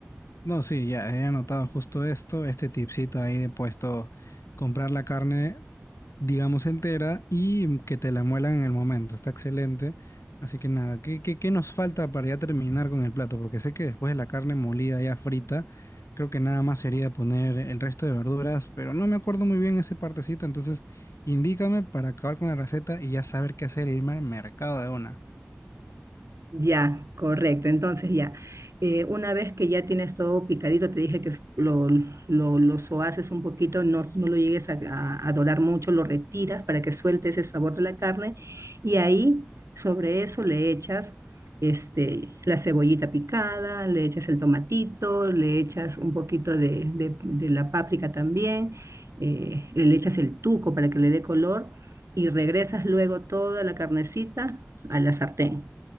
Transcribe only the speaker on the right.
Ya, correcto. Entonces ya, eh, una vez que ya tienes todo picadito, te dije que f- lo, lo, lo sohaces un poquito, no, no lo llegues a, a- a dorar mucho, lo retiras para que suelte ese sabor de la carne y ahí sobre eso le echas este, la cebollita picada, le echas el tomatito, le echas un poquito de, de- de la páprica también, eh, le echas el tuco para que le dé color y regresas luego toda la carnecita a la sartén.